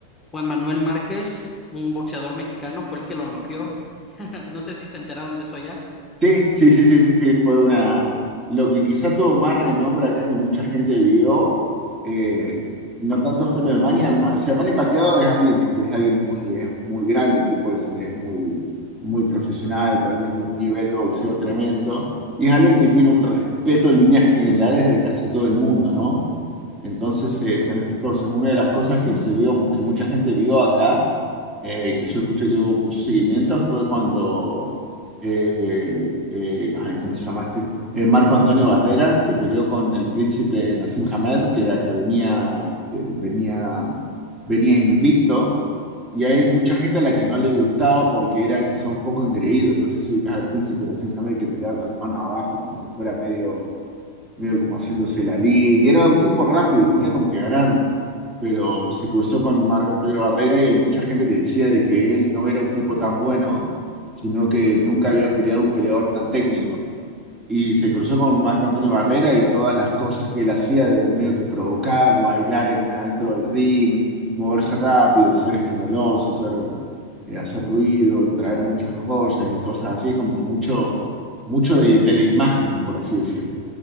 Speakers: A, on the left; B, on the right.
A: Juan Manuel Márquez, un boxeador mexicano, fue el que lo noqueó. <laughs> No sé si se enteraron de eso allá.
B: Sí, sí, sí, sí, sí, sí, fue una... Lo que quizá tuvo más renombre acá que mucha gente vio, eh, no tanto fue lo de Manny, ama- o sea, Manny Pacquiao es alguien que es alguien muy, es muy grande, el tipo ese es muy, muy profesional, realmente un nivel de boxeo tremendo, y es alguien que tiene un respeto en líneas generales de casi todo el mundo, ¿no? Entonces, eh, están estas cosas. Una de las cosas que se vio, que mucha gente vio acá, eh, que yo escuché que hubo muchos seguimientos, fue cuando, eh, eh, ay, ¿cómo se llama este? Eh, Marco Antonio Barrera, que peleó con el príncipe Nassim Hamed, que era que venía, este, venía, venía invicto, y hay mucha gente a la que no le gustaba porque era quizá un poco engreído. No sé si ubicás al príncipe Nassim Hamed que peleaba con las manos abajo, como si fuera medio medio como haciéndose la línea. Era un tipo rápido y venía como que ganando. Pero se cruzó con Marc Antonio Barrera y hay mucha gente que decía de que él no era un tipo tan bueno, sino que nunca había peleado un peleador tan técnico. Y se cruzó con Marc Antonio Barrera y todas las cosas que él hacía de medio que provocar, bailar en, adentro del ring, moverse rápido, ser escandaloso, ser, eh, hacer ruido, traer muchas joyas y cosas así, como que mucho, mucho de de la imagen, por así decirlo.